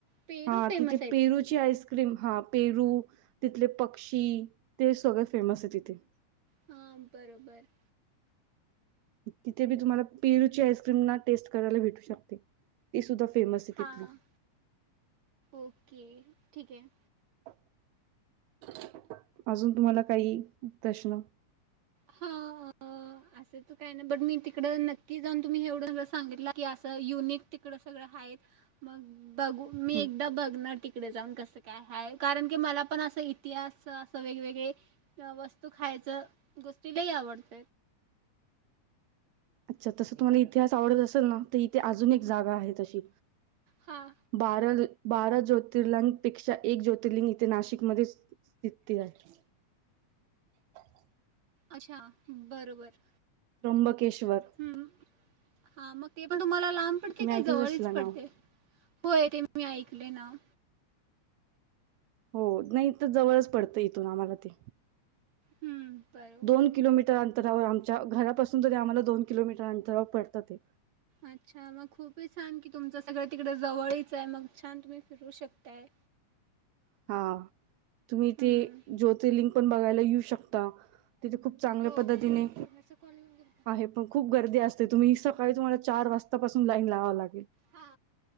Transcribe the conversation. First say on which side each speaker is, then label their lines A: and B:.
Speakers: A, on the right; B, on the right.
A: पेरू
B: हां
A: फेमस
B: तिथे
A: आहेत
B: पेरूची आईस क्रीम हां, पेरू तिथले पक्षी, ते सगळ फेमस आहे तिथे.
A: हां, बरोबर.
B: तिथे बी तुम्हाला पेरूची आईस्क्रीम ना टेस्ट करायला भेटू शकते. ती सुद्धा फेमस आहे
A: हां
B: तिथली.
A: ओके ठीक हाय.
B: <unintelligible> अजून तुम्हाला काही प्रश्न?
A: हां आं. अस तर काय नाही बट मी तिकडं नक्की जाऊन तुम्ही एवढं जर सांगितला की असं युनिक तिकडं सगळं हाय. तब मी
B: हं.
A: एकदा बघणार तिकडे जाऊन कसं काय हाय कारण की मला पण असं इतिहास, असं वेगवेगळे वस्तू, खायचं, गोष्टी लई आवडतं.
B: <inaudible> अच्छा, तसं तुम्हाला इतिहास आवडत असेल ना तर इथे अजून जागा आहे तशी.
A: हा
B: बार बारा ज्योतिर्लिंगपेक्षा एक ज्योतिर्लिंग इथे नाशिकमध्ये स्थितीत आहे <inaudible>
A: अच्छा! बरोबर.
B: त्र्यंबकेश्वर
A: हम्म हा मग ते पण तुम्हाला लांब पडतय,
B: तुम्ही
A: काय
B: ऐकलंच
A: जवळच
B: असशीला नाव
A: पडतय होय. ते मी ऐकले नाव
B: हो नाही इथन जवळच पडतंय इथून आम्हाला ते
A: हम्म. बरोबर
B: दोन किलोमीटर अंतरावर आमच्या घरापासून तरी आम्हाला दोन किलोमीटर अंतरावर पडतात ते
A: अच्छा मग खूप छान कि तुमच सगळं तिकडे जवळच आहे मग छान तुम्ही फिरू शकताय.
B: <inaudible> हा तुम्ही
A: हम्म.
B: तेे ज्योतिर्लिंंग पण बघायला येऊ शकता. तिथे खूप चांगल्या
A: हो.
B: पद्धतीने
A: कुणाचा कॉल येऊन गेलता?
B: आहे, पण खूप गर्दी असते. तुम्ही सकाळी तुम्हाला चार वाजतापासून लाईन लावावं लागेल.
A: हा.